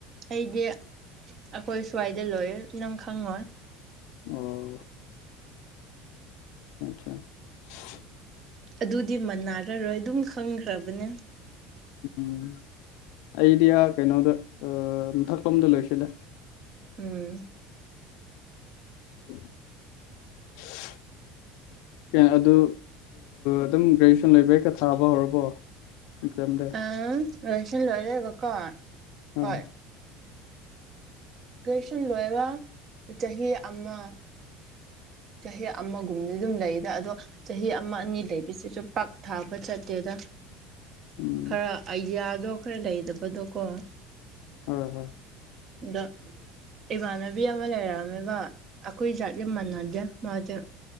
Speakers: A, on the right (about 30°); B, on the left (about 60°).
A: ꯑꯩꯗꯤ ꯑꯩꯈꯣꯏ ꯁ꯭ꯋꯥꯏꯗ ꯂꯣꯏ ꯅꯪ ꯈꯪꯉꯣꯏ
B: ꯑꯣ ꯑꯥ <unintelligible> <inaudible>
A: ꯑꯗꯨꯗꯤ ꯃꯅꯔꯔꯣꯏ ꯑꯗꯨꯝ ꯈꯪꯈ꯭ꯔꯕꯅꯦ
B: ꯎꯝ ꯑꯩꯗꯤ ꯑ ꯀꯩꯅꯣꯗ ꯃꯊꯛꯂꯣꯝꯗ ꯂꯣꯏꯁꯤꯜꯂꯦ
A: ꯎꯝ
B: <inaudible> ꯀ ꯑꯗꯨ ꯑꯗꯨꯝ ꯒ꯭ꯔꯦꯖꯨꯑꯌꯦꯁꯟ ꯂꯩꯕ ꯍꯦꯛꯀ ꯊꯥꯕ ꯍꯧꯔꯕꯣ ꯑꯦꯛꯖꯥꯝꯗꯤ
A: ꯑꯝ ꯔꯁ ꯂꯣꯏꯔꯦꯀꯣ ꯀ ꯍ
B: ꯑꯥ
A: ꯒ꯭ꯔꯦꯖꯨꯦꯁꯟ ꯂꯣꯏꯔꯒ ꯆꯍꯤ ꯑꯃ ꯆꯍꯤ ꯑꯃꯒꯨꯝꯕꯗꯤ ꯑꯗꯨꯝ ꯂꯩꯗ ꯑꯗꯣ ꯆꯍꯤ ꯑꯃ ꯑꯅꯤ ꯂꯩꯕꯤꯁꯤꯁꯨ ꯄꯥꯛ ꯊꯥꯕ ꯆꯠꯇꯦꯗ
B: ꯎꯝ
A: ꯈꯔ ꯑꯥꯏꯗꯤꯌꯥ ꯑꯗꯣ ꯈꯔ ꯂꯩꯗꯕꯗꯣꯀꯣ
B: ꯍꯣꯏ ꯍꯣꯏ
A: ꯑꯗꯣ ꯏꯃꯥꯟꯅꯕꯤ ꯑꯃ ꯂꯩꯔꯛꯑꯝꯃꯦꯕ ꯑꯩꯈꯣꯏ ꯖꯥꯠ ꯌꯥꯝ ꯃꯥꯟꯅꯗꯦ ꯃꯥꯗꯝ